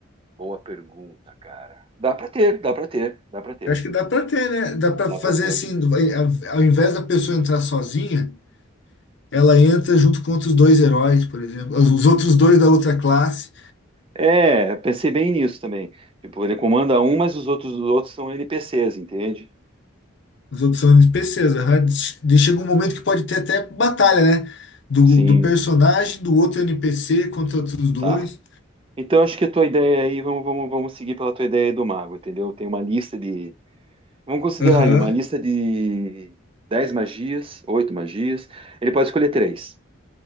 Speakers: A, on the right; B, on the left.
A: Boa pergunta, cara. Dá para ter, dá para ter, dá para ter,
B: Eu Acho que dá para ter, né? Dá para
A: dá
B: fazer
A: para ter.
B: assim, do- ao ao invés da pessoa entrar sozinha, ela entra junto contra os dois heróis, por exemplo, os os outros dois da outra classe.
A: É, eu pensei bem nisso também. Tipo, ele comanda um, mas os outros, os outros são NPCs, entende?
B: Os outros são NPCs, aham. De- Chega um momento que pode ter até batalha, né? Do,
A: Sim,
B: do personagem, do outro NPC contra outros dois.
A: Tá. Então, acho que a tua ideia aí, vamos, vamos, vamos seguir pela tua ideia do mago, entendeu? Tem uma lista de. Vamos considerar
B: Aham,
A: ali, uma lista de 10 magias, oito magias. Ele pode escolher três.